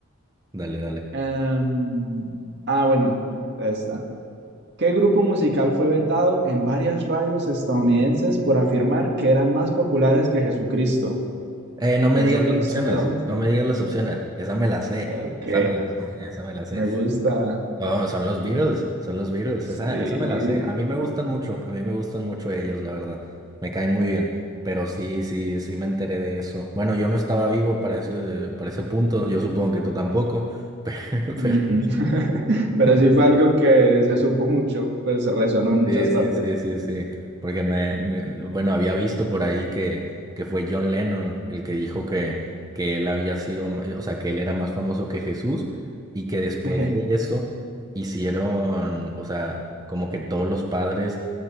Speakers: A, on the right; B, on the right.
A: Dale, dale.
B: Em, ah, bueno, esta. ¿Qué grupo musical fue vetado en varias radios estadounidenses por afirmar que eran más populares que Jesucristo?
A: Eh, no me
B: Los
A: digas
B: Rolling
A: las opciones,
B: Stones.
A: no me digas las opciones. Esa me la sé,
B: Ok,
A: esa me la sé, esa me la sé.
B: me gusta.
A: No, son los Beatles, son los Beatles,
B: Sí,
A: esa, esa me Mm. la sé. A mí me gustan mucho, a mí me gustan mucho ellos, la verdad. Me caen muy bien, pero sí, sí, sí me enteré de eso. Bueno, yo no estaba vivo para ese, para ese punto, yo supongo que tú tampoco, <laughs>
B: Ujú.
A: pero,
B: <laughs> Pero
A: pero
B: sí fue algo que se supo mucho, pues resonó en muchas
A: Sí, sí,
B: partes.
A: sí, sí, sí. Porque me, me- bueno, había visto por ahí que, que fue John Lennon el que dijo que, que él había sido, m- o sea, que él era más famoso que Jesús y que después
B: <laughs>
A: de eso hicieron, o sea, como que todos los padres